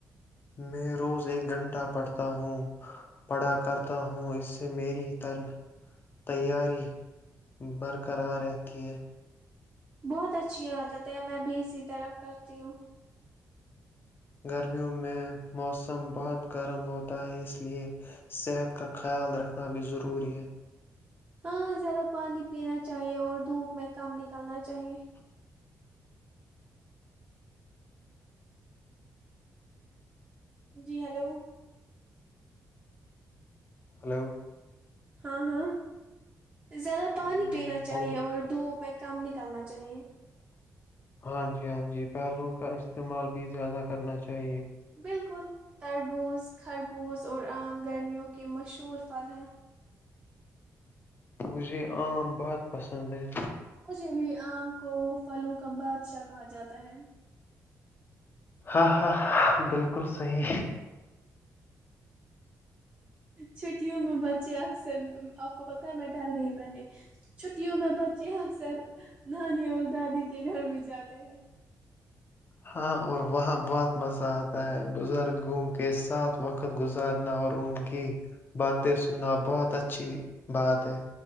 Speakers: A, on the left; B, on the right.
A: میں روز ایک گھنٹہ پڑھتا ہوں پڑھا کرتا ہوں اس سے میری ط تیاری برقرار رہتی ہے
B: بہت اچھی عادت ہے میں بھی اسی طرح کرتی ہوں
A: گرمیوں میں موسم بہت گرم ہوتا ہے اس لیئے صحت کا خیال رکھنا بھی ضروری ہے
B: ہاں زیادہ پانی پینا چاہیے اور دھوپ میں کم نکلنا چاہیے جی ہیلو
A: ہلو
B: ہاں ہاں زیادہ پانی
A: ہوں،
B: پینا چاہیے
A: پھل-
B: اور دھوپ میں کم نکالنا چاہیے
A: ہاں جی ہاں جی پہلو کا استعمال بھی زیادہ کرنا چاہیے
B: بالکل تربوز خربوز اور عام گرمیوں کے مشہور پھل ہیں
A: مجھے عام بہت پسند ہیں
B: مجھے بھی آم کو فلوکم بادشاہ کہا جاتا ہے
A: ہاں ہاں ہ بالکل صحی
B: چھٹیوں میں بچے اکثر آپ کو پت ہے می ڈر گئی پہنے چھٹیوں میں ب چے اکثر نانی اور دادی کے گھر بھی جاتے ہیں
A: ہاں اور وہاں بہت مزہ آتا ہے بزرگوں کے ساتھ وقت گزارنا اور ان کی باتیں سننا بہت اچھی بات ہے